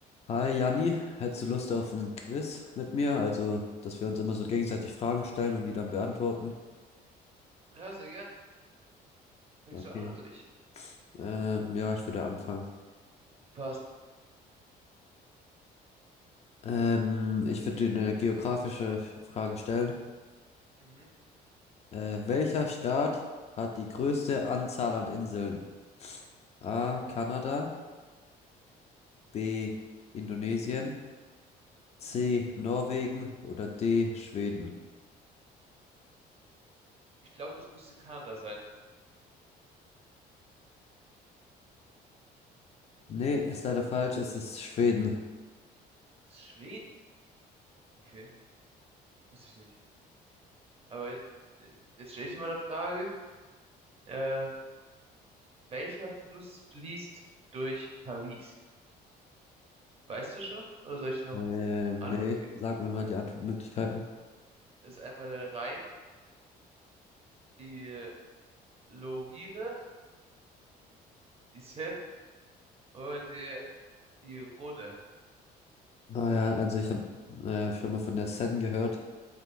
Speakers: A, on the left; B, on the right.
A: Hi Janni, hättest du Lust auf ein Quiz mit mir? Also, dass wir uns immer so gegenseitig Fragen stellen und die dann beantworten.
B: Ja, sehr gern. Fängst
A: Okay.
B: du an oder soll ich?
A: Ähm, ja, ich würde anfangen.
B: Passt.
A: Ähm, ich würde dir eine geografische Frage stellen.
B: Mhm.
A: Äh, welcher Staat hat die größte Anzahl an Inseln? A. Kanada, B. Indonesien, C.
B: Mhm.
A: Norwegen oder D. Schweden?
B: Ich glaube, das müsste Kanada sein.
A: Nee, ist leider falsch, es ist Schweden.
B: Das ist Schweden. Okay, wusste ich nicht. Aber äh, jetzt stelle ich dir mal eine Frage. Ähm, welcher Fluss fließt durch Paris? Weißt du schon? Oder soll ich dir noch
A: Ähm,
B: Antworten
A: nee,
B: geben?
A: sag mir mal die Antwortmöglichkeiten.
B: Das ist einmal der Rhein, die Lorire, die Seine oder die, die Rhone.
A: Ah ja, also ich habe äh, schon mal von der Sen gehört,